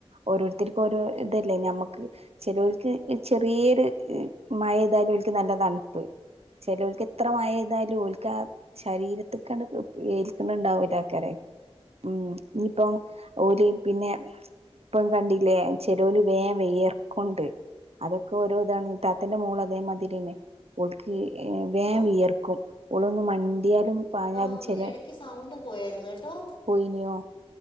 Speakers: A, on the right; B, on the left.
A: ഓരോരുത്തർക്കും ഓരോ ഇതല്ലേ ഞമ്മക്ക് ചെലോൽക്ക് ചെറിയൊരു മഴതാല് ഓൽക്ക് നല്ല തണുപ്പ്. ചെലോൽക്ക് എത്ര മഴയ്താലും ഓൽക്ക് ആ ശരീരതത്ക്കണ്ട് ഏൽക്ണ്ണ്ടാവൂല ആക്കാര ഉം ഇനിയിപ്പം ഓര് പിന്നെ ഇപ്പൊ കണ്ടില്ലേ ചെലോല് വേം വേയർക്ക കൊണ്ട് അതൊക്കെ ഓരോ ഇതാണ് താത്തിന്റെ മോൾ അതേമാതിരി ന്നെ ഓൾക്ക്ഹ് ഇഹ് വേമ്
B: ഓ
A: വിയർക്കും ഉളൊന്ന് മണ്ടിയാലും പാഞ്ഞാലും
B: ആ
A: ചെലേ
B: ഇടക്ക് സൗണ്ട് പോയായിരുന്നു കേട്ടോ
A: പോയിന്യോ